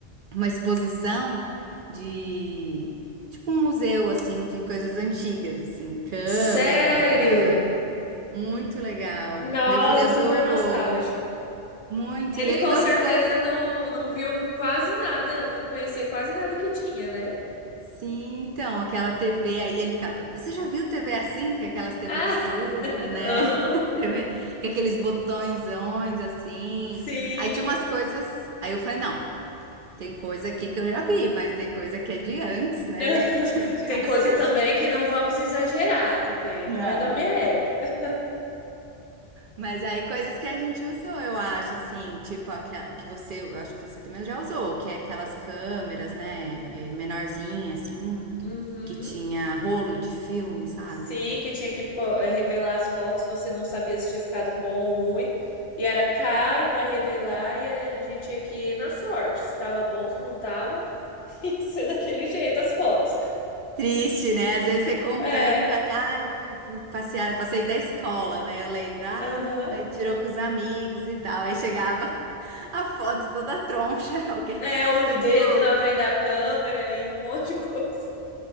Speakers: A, on the right; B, on the left.
A: uma exposição de tipo um museu assim de coisas antigas, assim, câmera.
B: Sério?
A: Muito legal.
B: Nossa,
A: Meu filho adorou
B: super nostálgico.
A: muito
B: Ele
A: e ele
B: com
A: gostou.
B: certeza não, não viu quase nada, não conhecia quase nada que tinha, né?
A: Sim, então, aquela TV aí ele ficava, você já viu TV assim, que é aquelas TV
B: Ah,
A: de tubo,
B: <laughs>
A: né?
B: aham.
A: <laughs> TV com aqueles botõezões assim.
B: Sim.
A: Aí tinha umas coisas, aí eu falei, não, Tem coisa aqui que eu já vi, mas tem coisa que é de antes, né?
B: <laughs>
A: <laughs> De de
B: Tem
A: umas
B: coisa
A: coisas.
B: também que não vamos exagerar também,
A: Não.
B: não é da minha época.
A: Mas aí coisas que a gente usou, eu acho, assim, tipo aquela que você, eu acho que você também já usou, que é aquelas câmeras, né, é, menorzinha, assim,
B: Uhum.
A: que tinha rolo de filme, sabe?
B: Sim, que tinha que pô- eh, revelar as fotos, você não sabia se tinha ficado bom ou ruim, e era caro para revelar, e eh, a gente tinha que ir na sorte, se estava bom, se não estava, <laughs> ia ser daquele jeito as fotos.
A: Triste, né? Às vezes você contando
B: É,
A: com aquela, ai, fui, fui passear, passei da escola, né? Eu lembro, ah,
B: aham.
A: não, aí tirou com os amigos e tal, aí chegava <laughs> a foto toda troncha, <laughs> alguém,
B: É, o
A: tudo.
B: dedo na frente da câmera e um monte de coisa.